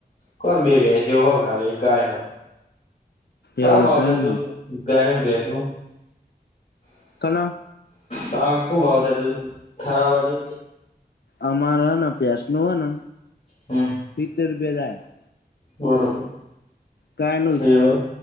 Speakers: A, on the left; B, on the left.
A: કો બે ભૈસી અ હોખાવ ગાય હો તા
B: એવું
A: બહ
B: છે
A: જ
B: એમ
A: દૂ
B: ને
A: <inaudible> ર ગનુંસનું
B: કલા.
A: ત ક <inaudible> બાજુજજ થારા બાજુ
B: અમારા હને ભૈસ નુ હે ને
A: હમ
B: સિતતેર બેે થાય <inaudible>
A: બરોબર.
B: ગાયનું જ
A: એવું